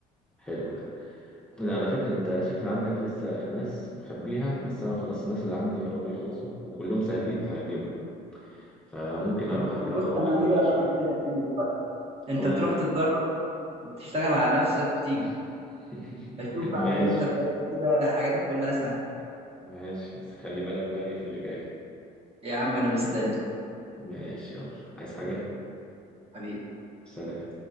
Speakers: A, in the centre; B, on the right.
A: حلو ده ده على فكرة انت شكل عندك لسه ناس مخبيها بس انا خلاص الناس اللي عندي قربوا يخلصوا وكلهم سهلين فهجيبهم فممكن
B: طب
A: اروح كده
B: أنا بص
A: ادور لك
B: انا
A: على
B: ليا رأي
A: شوية
B: كده حلو بقى انت
A: قول
B: تروح تتدرب وتشتغل على نفسك وتيجي
A: <laughs>
B: اشوف بقى
A: ماشي
B: عشان انت بجد كده حاجاتك كلها سهله
A: ماشي بس خلي بالك بقى ايه في اللي جاي
B: يا عم انا مستني
A: ماشي يلا عايز حاجة
B: حبيبي
A: سلام